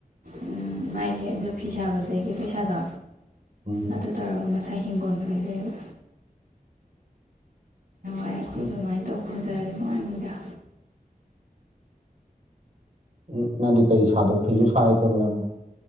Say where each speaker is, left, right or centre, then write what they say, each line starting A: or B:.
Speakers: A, on the right; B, on the right.
A: ꯎꯝ ꯃꯥꯒꯤ ꯑꯗꯨ ꯐꯤ ꯁꯥꯕꯗꯒꯤ ꯄꯩꯁꯥꯗꯣ
B: ꯎꯝ
A: ꯑꯗꯨ ꯇꯧꯔꯒ ꯃꯁꯥ ꯍꯤꯡꯒꯣꯟꯗ ꯂꯩꯖꯩꯕ ꯑꯩ ꯑꯩꯈꯣꯏꯁꯨ
B: ꯎꯝ
A: ꯑꯗꯨꯃꯥꯏꯅ ꯇꯧ ꯈꯟꯖꯔꯗꯤ ꯅꯨꯡꯉꯥꯏꯉꯗ
B: ꯎ ꯅꯪꯗꯤ ꯀꯔꯤ ꯁꯥꯗꯣꯏ ꯐꯤꯁꯨ ꯁꯥꯦ ꯇꯕ꯭ꯔꯥꯅ